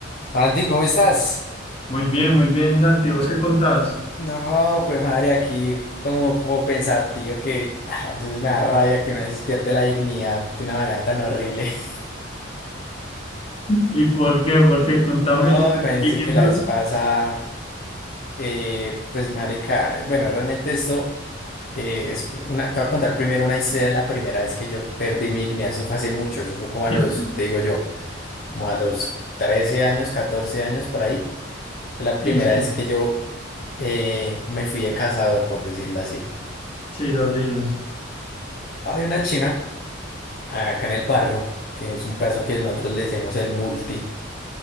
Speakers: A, on the left; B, on the left.
A: Santi, ¿cómo estás?
B: Muy bien, muy bien, Santi. ¿Vos qué contás?
A: No, jue madre, aquí como, como pensativo que ah, a veces me da rabia que una vez pierde la dignidad de una manera tan horrible. <laughs>
B: ¿Y por qué? por qué contame.
A: No,
B: cu-
A: imagínese
B: siguiendo-
A: que la vez pasa, eh, pues marica, bueno, realmente esto eh, es una, te voy a contar primero una historia de la primera vez que yo perdí mi dignidad, eso fue hace mucho, eso fue como a los,
B: <laughs>
A: ¿qué te digo yo? Como a los 13 años, 14 años por ahí, fue la primera
B: Sí, sí,
A: Sí. vez que yo eh, me fui de cazador, por decirlo así.
B: sí, los islas.
A: Hay una china. acá en el barrio, que es un pedazo que nosotros le decimos el multi.